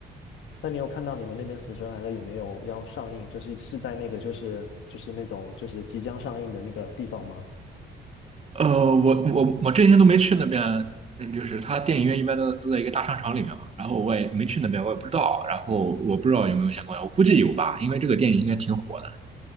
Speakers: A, on the left; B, on the right.
A: 那你有看到你们那边《死神来了》有没有要上映？就是是在那个就是就是那种就是即将上映的那个地方吗？
B: 呃，我我我这几天都没去那边，嗯就是他电影院一般都都在一个大商场里面嘛，然后我也没去那边，我也不知道，然后我不知道有没有相关，我估计有吧，因为这个电影应该挺火的。